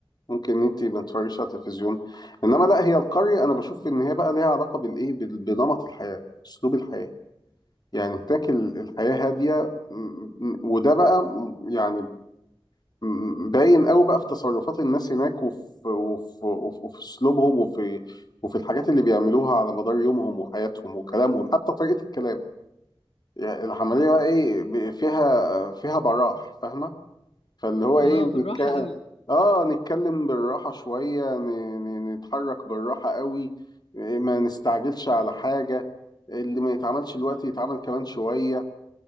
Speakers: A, on the left; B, on the left.
A: ممكن ان انت ما تتفرجيش على التلفزيون انما لا هي القريه انا بشوف ان هي بقى ليها علاقه بالايه بال- بنمط الحياه اسلوب الحياه يعني هناك ال- الحياة هادية م- م- وده بقى م- يعني م- باين قوي بقى في تصرفات الناس هناك وفي وفي وفي وفي اسلوبهم وفي وفي الحاجات اللي بيعملوها على مدار يومهم وحياتهم وكلامهم حتى طريقة الكلام يعني العملية بقى ايه ب- فيها فيها براح فاهمة فاللي هو ايه
B: اه
A: بنتكلم
B: بالراحة قوي
A: اه نتكلم بالراحة شوية ن... ن... نتحرك بالراحة قوي ما نستعجلش على حاجة اللي ما يتعملش الوقت يتعمل كمان شوية